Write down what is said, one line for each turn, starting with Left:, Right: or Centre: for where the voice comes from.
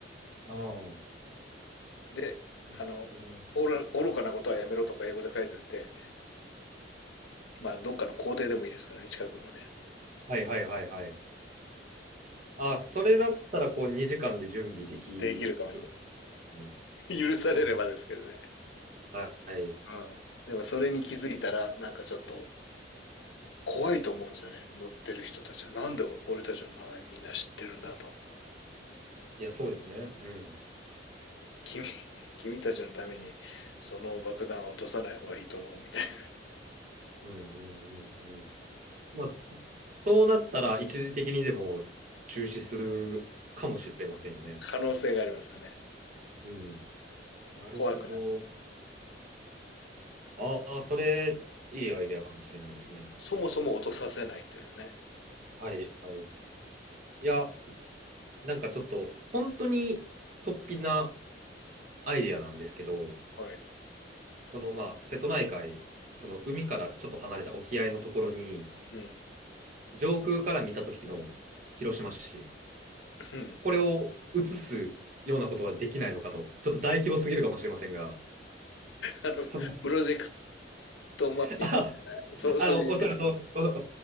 Right: ああ、
Left: で、
Right: なるほどね
Left: あの、愚愚かなことはやめろとか英語で書いておいて、まあ、どっかの校庭でもいいですからね、近くのね。
Right: はいはいはいはいはい。あ、それだったらこう2時間で準備できる
Left: できるかもしれ
Right: ね。
Left: ない <laughs>。許されればですけどね。
Right: うん。はい。
Left: うん。でも、それに気づいたら、なんかちょっと、怖いと思うんですよね。乗ってる人たちは。なんで俺たちの名前みんな知ってるんだと。
Right: いや、そうですね。うん。
Left: 君、君たちのためにその爆弾は落とさない方がいいと思うみたいな
Right: うんうんうんうん。まあ、そそうなったら一時的にでも中止するかもしれませんよね。
Left: 可能性がありますよね。
Right: うん。なるほど。
Left: 怖くない。
Right: ああ、それ、いいアイデアかもしれないですね。
Left: そもそも落とさせないというね。
Right: はい、はい。いや、なんかちょっと、本当に突飛なアイデアなんですけど、
Left: はい。
Right: その、まあ、瀬戸内海、その海からちょっと離れた沖合のところに、
Left: うん。
Right: 上空から見た時の広島市、
Left: うん。
Right: これを映すようなことはできないのかと、ちょっと大規模すぎるかもしれませんが、
Left: あの、
Right: その
Left: プロジェクトマッピン
Right: <laughs>
Left: グ。そう、
Right: あの、
Left: そういうイメージ。
Right: おっしゃると、<laughs> お